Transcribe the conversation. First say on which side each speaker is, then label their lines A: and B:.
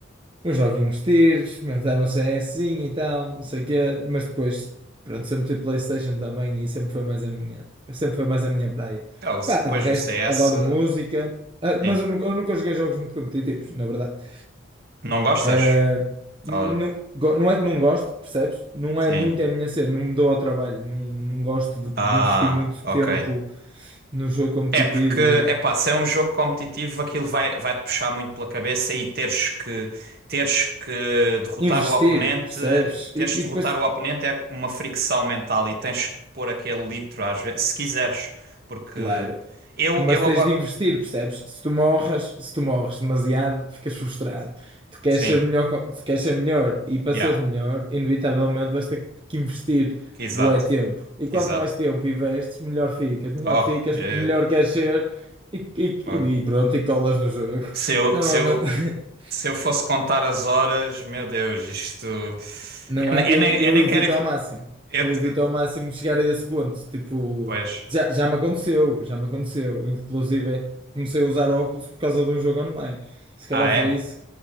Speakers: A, on the right (about 25°); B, on the right (about 50°).
A: Os joguinhos de tiro, experimentaram um CSzinho e tal, não sei o quê, mas depois, pronto, sempre tive PlayStation também e sempre foi mais a minha, sempre foi mais a minha praia.
B: Ah, o c-
A: Pá, de
B: pois
A: resto,
B: o CS.
A: adoro música, ah,
B: Sim.
A: mas eu nunca, eu nunca joguei jogos muito competitivos, na verdade.
B: Não gostas?
A: Ah, não,
B: Oh,
A: go- não é que não gosto, percebes? Não
B: sim.
A: é muito a minha cena, não me dou ao trabalho, não, não gosto de, de
B: Ah,
A: investir muito
B: ok.
A: tempo no jogo competitivo.
B: É porque, é pá, se é um jogo competitivo, aquilo vai, vai-te puxar muito pela cabeça e teres que, teres que derrotar
A: Investir,
B: o oponente.
A: percebes?
B: Teres
A: E,
B: que derrotar
A: e depois
B: o oponente é uma fricção mental e tens que pôr aquele litro às vezes, se quiseres. Porque
A: Claro.
B: eu,
A: Mas
B: eu
A: tens
B: agora.
A: de investir, percebes? Se tu morres, se tu morres demasiado, ficas frustrado. Tu queres
B: Sim,
A: ser melhor, co- se queres ser melhor e para
B: yeah,
A: seres melhor, inevitavelmente vais ter que investir
B: exato.
A: bué tempo. E quanto
B: Exato.
A: mais tempo investes, melhor ficas, melhor
B: ó
A: ficas,
B: é-
A: melhor queres ser e,
B: oh.
A: e, e pronto, e colas no jogo.
B: Se eu,
A: Normalmente,
B: se eu,
A: <laughs>
B: se eu fosse contar as horas, meu Deus, isto. Eu,
A: Não
B: ne-
A: é?
B: eu
A: Eu,
B: nem,
A: eu
B: eu nem
A: evito
B: quero. ev-
A: ao máximo.
B: Eu,
A: Eu
B: te-
A: evito ao máximo chegar a esse ponto. Tipo,
B: pois.
A: já, já me aconteceu, já me aconteceu. Inclusive, comecei a usar óculos por causa de um jogo online. Se calhar
B: Ah, é?
A: foi isso.